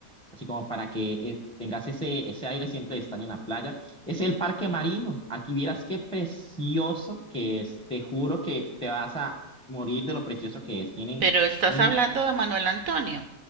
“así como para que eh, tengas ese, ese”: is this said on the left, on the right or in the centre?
Centre